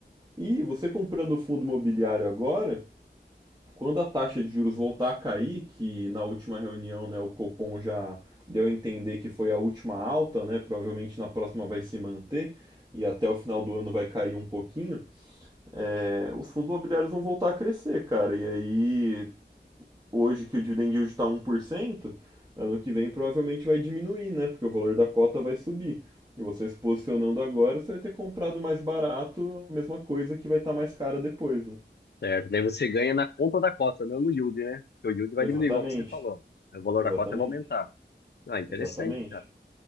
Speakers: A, on the right; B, on the left.
A: E você comprando o fundo imobiliário agora, quando a taxa de juros voltar a cair, que na última reunião né, o Copom já deu a entender que foi a última alta, né, provavelmente na próxima vai se manter e até o final do ano vai cair um pouquinho, é, os fundos imobiliários vão voltar a crescer, cara. E aí, hoje que o dividend yield está um por cento ano que vem provavelmente vai diminuir, né? Porque o valor da cota vai subir. E você se posicionando agora, você vai ter comprado mais barato, a mesma coisa que vai estar tá mais cara depois. Né?
B: Certo, daí você ganha na conta da cota, não no yield, né? Porque o yield vai
A: Exatamente,
B: diminuir, igual você falou. O valor
A: exatamente.
B: da cota vai aumentar. Ah, interessante,
A: Exatamente.
B: cara.